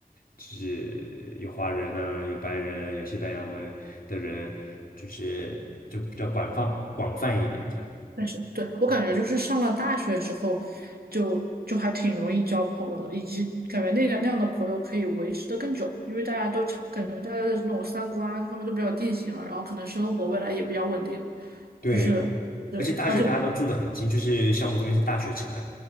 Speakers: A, on the left; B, on the right.
A: 就是有华人啊，有白人，有西班牙文的人，就是就比较广泛广泛一点这样。
B: 但是对我感觉就是上了大学之后就，
A: 嗯
B: 就还挺容易交朋友的，以及感觉那个那样的朋友可以维持的更久，因为大家都差感觉大家的那种三观各方面都比较定型了，然后可能生活未来也比较稳定了，
A: 对，
B: 就是对，
A: 而且大学大家都住得很近，
B: 而且
A: 就是像我们这边是大学城，